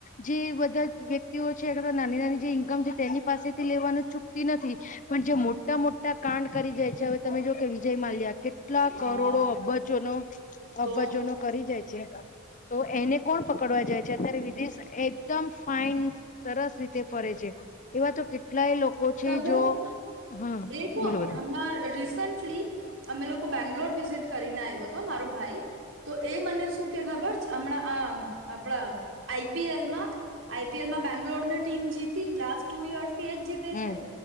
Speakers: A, on the left; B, on the right.
A: જેવત તજ વ્યક્તિઓ છે નાની નાની જે ઈન્કમ છે તેની પાસેથી લેવાનું ચૂકતી નથી પણ જે મોટા મોટા કાંડ કરી જાય છે હવે તમે જો કે વિજય માલ્યા કે કેટલા
B: હા
A: કરોડો અબજોનો
B: તો
A: અબજો નો કરી જાય છે તો એને કોણ પકટે પડવા જાય છે અત્યારે વિદેશ એકદમ ફાઈન સરસ રીતે ફરે છે એવા તો કેટલા. કેટલાય લોકો છે
B: તમે
A: જો. હા
B: એ
A: બોલો
B: હો
A: બોલો
B: હમણા રિસન્ટલી અમે લોકો બેંગલોર વિઝિટ કરીને આવ્યો હતો મારો ભાઈ. તો એ મને શું કે ખબર છે હમણાં આ આપણા આઈપીએલમાં આઈપીએલ માં બેંગ્લોર ની ટીમ જીતી લાસ્ટ ટુ યર્સ થી જ તે
A: હમ
B: છે